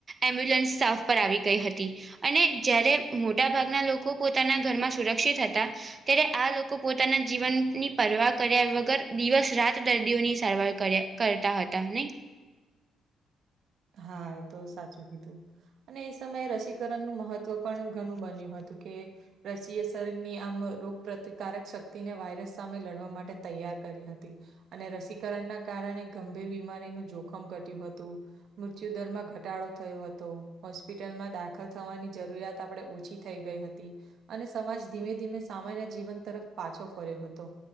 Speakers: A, on the right (about 35°); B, on the right (about 70°).
A: એમ્બ્યુલન્સ સ્ટાફ પર આવી ગઈ હતી અને જ્યારે મોટાભાગના લોકો પોતાના ઘરમાં સુરક્ષિત હતા ત્યારે આ લોકો પોતાના જીવનની પરવા કર્યા વગર દિવસ-રાત દર્દીઓની સારવાર કર્યા કરતા હતા નઈ
B: હા એતો સાચું કીધું. અને એ સમયે રસીકરણનું મહત્વ પણ ઘણું બન્યું હતું કે રસીએ શરીરની આમ રોગ પ્રતિકારક શક્તિને વાયરસ સામે લડવા માટે તૈયાર કરી હતી. અને રસીકરણના કારણે ગંભીર બીમારીનું જોખમ ઘટ્યું હતું. મૃત્યુદરમાં ઘટાડો થયો હતો, હોસ્પિટલમાં દાખલ થવાની જરૂરિયાત આપડે ઓછી થઈ ગઈ હતી અને સમાજ ધીમે-ધીમે સામાન્ય જીવન તરફ પાછો ફર્યો હતો.